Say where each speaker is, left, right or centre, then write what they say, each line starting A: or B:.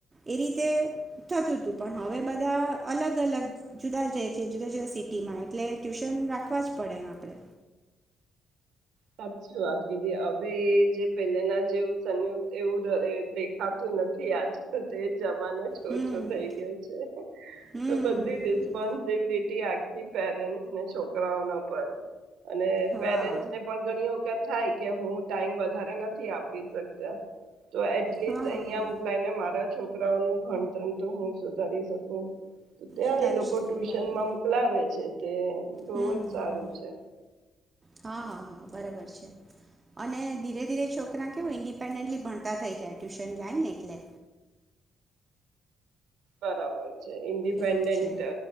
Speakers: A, on the right (about 30°); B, on the right (about 75°).
A: એ રીતે થતું તું પણ હવે બધા અલગ-અલગ જુદા જ જુદા-જુદા સિટી માં એટલે ટ્યુશન રાખવા જ પડે એમ આપડે.
B: સાચી વાત કીધી હવે એ જે પહેલેના જેવ સંયુક્ત એવું દ અહ દેખાતું નથી આજકાલ. તે જ માના છોછો
A: હમ
B: થઈ ગયો છે,
A: હમ
B: તો બધી રિસ્પોન્સિબિલિટી આખી પેરેન્ટ ને છોકરાઓનો પર અને
A: હા
B: પેરેન્ટસ ઘણી વખત થાય કે હું ટાઈમ વધારે નથી આપી શકતા તો એટલીસ્ટ
A: હા હા
B: અહિંયા
A: હા
B: મોકલાય ને મારા છોક છોકરાઓ નું ભણતર તો હું સુધારી શકું. ત્યાં
A: સુધારી
B: એ લોકો
A: શકીએ
B: ટ્યુશન
A: બરાબર
B: માં મોકલાવે છે. તે બહુજ
A: હમ હમ
B: સારું છે.
A: હા, હા, હા, બરાબર છે અને ધીરે ધીરે છોકરા કેવું ઇન્ડિપેન્ડલી ભણતા થઈ જાય, ટ્યુશન જાય ને એટલે.
B: બરાબર. ઇન્ડિપેન્ડેન્ટ
A: એવું છે